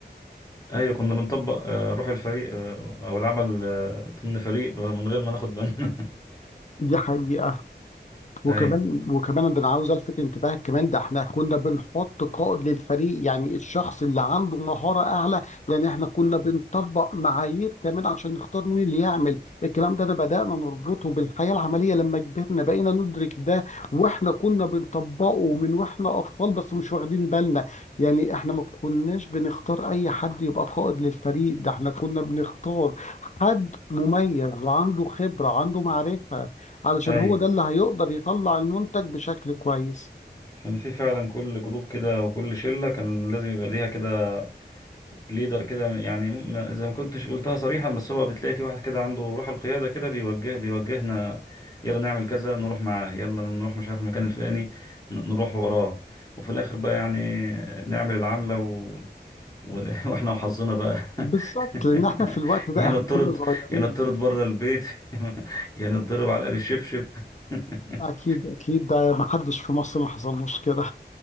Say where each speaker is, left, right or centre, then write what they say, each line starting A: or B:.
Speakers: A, on the left (about 20°); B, on the left (about 40°).
A: ايوه كنا بنطبق آه، روح الفريق آه، او العمل آه، ضمن فريق آه، من غير ما ناخد بالنا
B: دي حقيقة وكمان
A: <laughs> ايوه
B: وكمان ده انا عاوز الفت انتباهك كمان ده احنا كنا بنحط قائد للفريق يعني الشخص اللي عنده مهارة اعلى يعني احنا كنا بنطبق معايير كمان عشان نختار مين اللي يعمل الكلام ده انا بدأنا نربطه بالحياة العملية لما كبرنا بقينا ندرك ده واحنا كنا بنطبقه من واحنا اطفال بس مش واخدين بالنا يعني احنا ما كناش بنختار اي حد يبقى قائد للفريق ده احنا كنا بنختار حد مميز وعنده خبرة عنده معرفة علشان
A: ايوه
B: هو ده اللي هيقدر يطلع المنتج بشكل كويس
A: كان في فعلا كل جروب كده وكل شله كان لازم يبقى ليها كده ليدر كده يعني م- زي ما كنتش قلتها صريحا بس هو بتلاقي في واحد كده عنده روح القيادة كده بيوجه بيوجهنا يلا نعمل كذا نروح معاه يلا نروح مش عارف المكان الفلاني ن- نروح وراه وفي الآخر بقى يعني نعمل العملة و... و... <laughs> واحنا وحظنا بقى
B: بالظبط لان
A: <laughs>
B: احنا في الوقت ده
A: يا
B: احنا
A: نطرد
B: كنا صغيرين
A: يا نطرد بره البيت <laughs> يا نتضرب علقة بالشبشب <laughs>
B: اكيد اكيد ده ما حدش في مصر ما حصلوش كده